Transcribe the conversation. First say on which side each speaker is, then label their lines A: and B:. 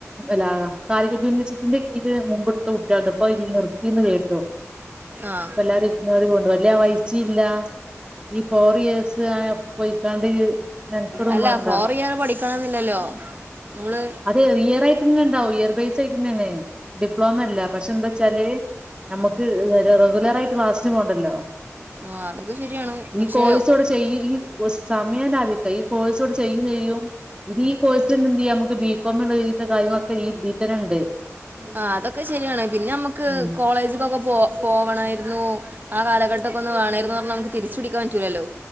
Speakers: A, on the right (about 20°); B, on the right (about 40°).
A: ല്ല കാലിക്കറ്റ്‌ യൂണിവേഴ്സിറ്റിന്റെ കീഴില് മുമ്പെടുത്ത കുട്ടിയാള് ഇണ്ട് ഇതി ഇയ്യോന്ന് കേട്ടോ
B: ആ
A: എല്ലാരും ഇഗ്നോപോണ്ട് വല്ല പൈസില്ല ഈ ഫോർ ഇയേഴസ് ആ പോയിക്കാണ്ട് മെനക്കെടും
B: അല്ല
A: വേണ്ട
B: ഫോറി ഇയർ പഠിക്കണെന്നില്ലല്ലോ നമ്മള്
A: അതെ ഇയർ ആയിട്ട്ന്നണ്ടാവും ഇയർ ബേസ് ആയിട്ടന്നാണ് ഡിപ്ലോമ അല്ല പക്ഷെ എന്താ വച്ചാല് നമുക്ക് റെഗുലർ ആയിട്ട് ഫാസ്റ്റ് പോണ്ടല്ലോ
B: ആ അതൊക്കെ ശരിയാണ്
A: ഈ
B: പക്ഷെ
A: കോഴിസ് അ ചെയ്യ ഈ സമയം ലാഭിക്ക ഈ കോഴ്സ് കൂടെ ചെയ്യു ചെയ്യും ഇനി ഈ കോഴ്സി എന്ത് ചെയ്യ നമക്ക് ബി കോം ഉള്ള ഒര് വിധ കാര്യങ്ങളൊക്കെ ഇതീത്തനുണ്ട്
B: ആ അതൊക്കെ ശരിയാണ് പിന്നെ നമ്മുക്ക്
A: ഉം
B: കോളേജ്ക്കൊക്കെ പോ പോവണായിരുന്നു ആ കാലഘട്ടക്കെ ഒന്ന് വേണമായിരുന്നു പറഞ്ഞാ നമുക്ക് തിരിച്ചു പിടിക്കാൻ പറ്റൂലല്ലോ